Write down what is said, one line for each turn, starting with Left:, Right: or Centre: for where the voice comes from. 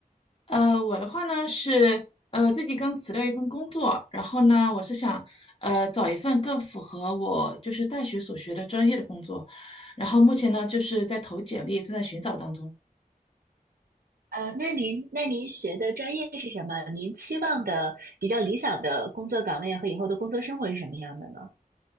Left: 呃，我的话呢是，呃，最近刚辞掉一份工作，然后呢，我是想，呃，找一份更符合我就是大学所学的专业的工作，然后目前呢就是在投简历，正在寻找当中。
Right: 呃，那您那您学的专业是什么？您期望的比较理想的工作岗位和以后的工作生活是什么样的呢？